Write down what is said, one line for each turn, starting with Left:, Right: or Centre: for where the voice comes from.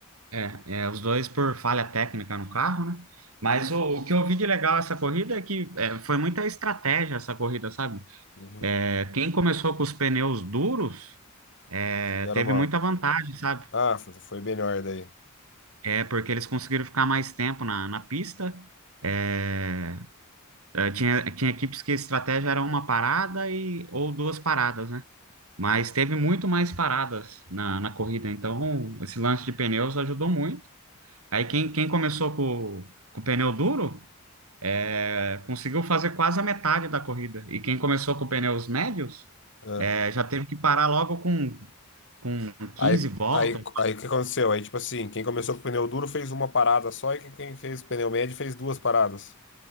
Right: É, é, os dois por falha técnica no carro, né? Mas o, o que eu vi de legal essa corrida é que é, foi muita estratégia essa corrida, sabe?
Left: Uhum.
Right: É, quem começou com os pneus duros é,
Left: Se deram
Right: teve
Left: mal.
Right: muita vantagem, sabe?
Left: Ah, foi foi melhor daí.
Right: É porque eles conseguiram ficar mais tempo na, na pista. É, é, tinha, tinha equipes que a estratégia era uma parada e, ou duas paradas, né? Mas teve muito mais paradas na, na corrida, então esse lance de pneus ajudou muito. Aí quem, quem começou com, com o pneu duro é, conseguiu fazer quase a metade da corrida. E quem começou com pneus médios
Left: Ah.
Right: é, já teve que parar logo com, com
Left: Aí,
Right: quinze voltas.
Left: aí, aí o que aconteceu? Aí, tipo assim, quem começou com pneu duro fez uma parada só e quem, quem fez pneu médio fez duas paradas.